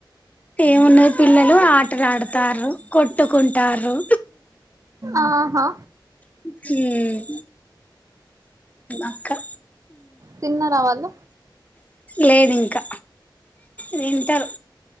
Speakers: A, on the left (about 20°); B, on the right (about 40°).
A: ఏమున్నది పిల్లలు ఆటలు ఆడుతార్రు కొట్టుకుంటార్రు.
B: ఆహా
A: హ్మూ <inaudible> అక్కా
B: తిన్నరా వాళ్ళు.
A: లేదు ఇంకా తింటరు.